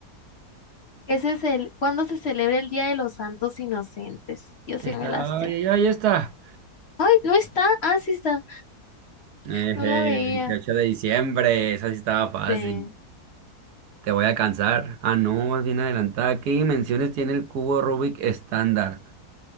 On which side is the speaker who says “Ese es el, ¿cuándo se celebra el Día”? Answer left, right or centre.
Left